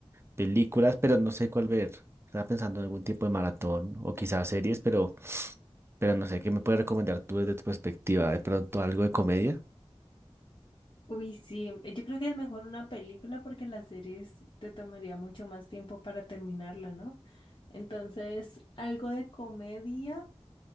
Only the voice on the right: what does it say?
Películas, pero no sé cuál ver. Estaba pensando en algún tipo de maratón o quizás series, pero, pero no sé qué me puedes recomendar tú desde tu perspectiva. De pronto algo de comedia.